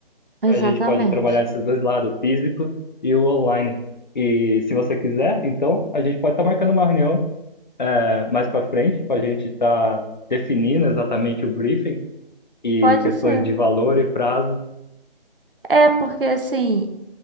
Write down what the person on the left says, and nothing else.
a
gente pode trabalhar esses dois lados, o físico e o online. E se você quiser, então a gente pode estar marcando uma reunião é, mais para frente para a gente estar definindo exatamente o briefing e
questões
de valor e prazo.